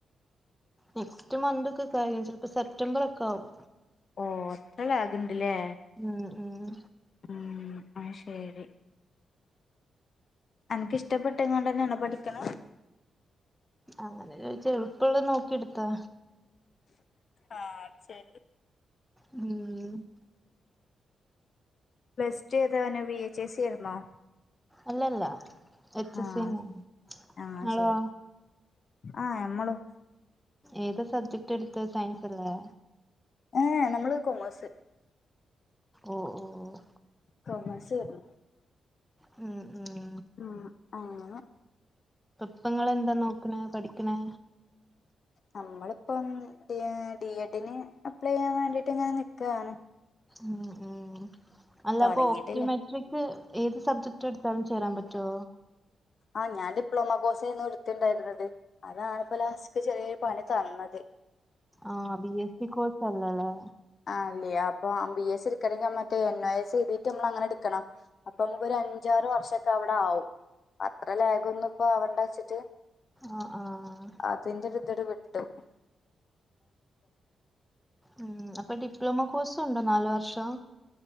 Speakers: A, in the centre; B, on the left.
A: നെക്സ്റ്റ് മന്ത് ഒക്കെ കയ്യും ചിലപ്പോ സെപ്റ്റംബർ ഒക്കെ ആകും
B: ഓ അത്ര ലാഗ്ണ്ടല്ലേ
A: ഉം ഉം
B: ഉം അ ശരി എനക്കിഷ്ടപ്പെട്ടങ്ങാണ്ട് ന്നെയണോ പഠിക്കണ
A: അങ്ങനെ ചോയിച്ച എളുപ്പള്ള നോക്കി എടുത്താ
B: ആഹ് അത് ശരി
A: ഉം
B: പ്ലസ് റ്റു ഏതാ വന്നേ വി എച്ച് എ സി ആരുന്നോ
A: അല്ലല്ല എച്ച് എസ്
B: ആഹ്‌
A: സിന്നെ
B: ആഹ്
A: നിങ്ങളോ
B: ശരി ആഹ്‌ എമ്മളും
A: ഏത് സബ്ജക്ട് എടുത്തത് സയൻസ് അല്ലേ
B: ഏ നമ്മള് കൊമേഴ്സ്
A: ഓഹ് ഓഹ്‌
B: കൊമേഴ്സ് <unintelligible>
A: ഉം ഉം
B: ഉം അഹ്
A: പ്പങ്ങള് എന്താ നോക്കണെ പഠിക്കണെ
B: നമ്മളിപ്പം ഡി ഡി എഡിന് അപ്ലൈ ചെയ്യാൻ വേണ്ടിട്ട് ഇങ്ങനെ നിക്കാണ്
A: ഉ ഉം അല്ലപ്പൊ
B: തൊടങ്ങിട്ടില്ല
A: ഒപ്റ്റിമറ്റ് തിപ്പൊ ഏത് സബ്ജക്ട് എടുത്താലും ചേരാൻ പറ്റോ?
B: ആഹ് ഞൻ ഡിപ്ലോമ കോഴ്സയിനു എടുത്തിണ്ടായിരുന്നത് അതാണിപ്പോ ലാസ്റ്റ്ക് ചെറിയൊരു പണി തന്നത്
A: ആഹ് ബി എസ് സി കോഴ്സ് അല്ലല്ലേ?
B: ആ അല്ല അപ്പം ബി എസ് എടുക്കണെങ്കിൽ മറ്റേ എൻ ഒ എസ് എഴതിട്ട് നമ്മൾ അങ്ങനെ എടുക്കണം അപ്പൊ നമുക്കൊരു അഞ്ചാറ് വർഷൊക്കെ അവിടെ ആവും അത്ര ലേഖ് ഒന്നും ഇപ്പൊ ആവണ്ട ച്ചിട്ട്
A: ആഹ്‌ ആഹ്‌....
B: അതിന്റെ ഒരുതിഡ് വിട്ടും ‌
A: ഉം അപ്പൊ ഡിപ്ലോമ കോഴ്സ്‌ ഉണ്ടോ? നാലു വർഷം